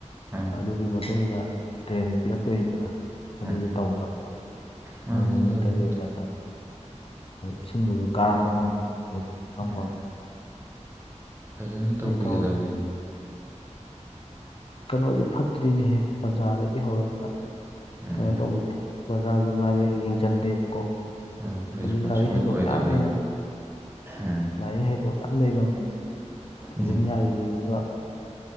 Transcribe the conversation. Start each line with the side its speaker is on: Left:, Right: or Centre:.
Right: ꯑꯥ
Left: ꯑꯗꯨꯒꯤ ꯃꯇꯨꯡ ꯏꯟꯅ ꯗ꯭ꯔꯦꯟꯁꯦ ꯄꯤꯔꯛꯇꯣꯏꯅꯤꯗꯅ꯫ ꯑꯗꯨꯁꯨ
Right: ꯎꯝ
Left: ꯇꯧꯗꯕ
Right: ꯃꯥꯅꯤꯗ
Left: ꯃꯣꯏ ꯃꯃꯤꯡꯇꯒꯤ
Right: ꯑꯗꯨꯕꯨꯗꯤ
Left: ꯑꯣꯏꯅ꯫ ꯏꯁꯤꯡꯗꯨꯁꯨ ꯀꯥꯔꯛꯄ ꯉꯝꯗ꯭ꯔꯦꯗꯅ ꯃꯣꯏꯗꯤꯗꯤ ꯉꯝꯃꯝ
Right: ꯎꯝ ꯐꯖꯅ ꯇꯧꯕꯤꯒꯗꯕꯅꯤ꯫
Left: ꯇꯧꯔꯤ ꯀꯩꯅꯣꯁꯦ ꯐꯠꯇ꯭ꯔꯤꯅꯦꯍꯦ ꯄꯔꯖꯥꯔꯗꯒꯤ ꯍꯧꯔꯒ
Right: ꯎꯝ
Left: ꯀꯩꯅꯣ ꯇꯧꯕꯁꯦ꯫ ꯄꯔꯖꯥꯁꯨ ꯉꯥꯏꯔꯦ ꯌꯦꯡꯁꯤꯟꯗꯦꯕꯀꯣ
Right: ꯍꯣꯏ
Left: ꯍꯧꯖꯤꯛ
Right: ꯔꯦꯁꯄꯣꯟꯁꯤꯕꯜ
Left: ꯂꯥꯏꯔꯤꯛ ꯍꯩꯕ
Right: ꯑꯣꯏꯗꯕꯩꯅꯤ
Left: ꯃꯌꯥꯝ ꯂꯩꯅꯕꯅꯤ꯫
Right: ꯎꯝ
Left: ꯂꯥꯏꯔꯤꯛ ꯍꯩꯕ ꯃꯌꯥꯝ ꯂꯩꯒꯔꯕꯅꯦꯕ ꯐꯣꯖꯤꯟ
Right: ꯎꯝ
Left: ꯌꯥꯔꯤꯅꯤ ꯑꯗꯨꯒ